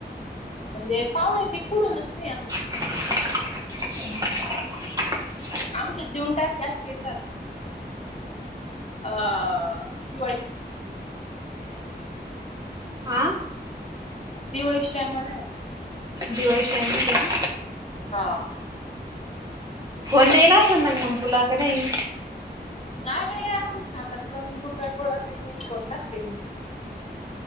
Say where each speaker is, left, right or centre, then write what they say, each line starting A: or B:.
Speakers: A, on the left; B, on the right.
A: म्हणजे पाहणे ते कुडूनच नाही आमचे.
B: इ <inaudible>
A: आमच्या देऊन टाक असले तर, त्याच केंद्रात अ दिवाळी.
B: हा
A: दिवाळीच्या टाइमला आहे.
B: दिवाळीस टाम हो.
A: हा
B: फोन द्यायला अस ना मग तुला का नाही?
A: नाही रे आच साखरपुडा भुकारपोडा म फोन कास केली.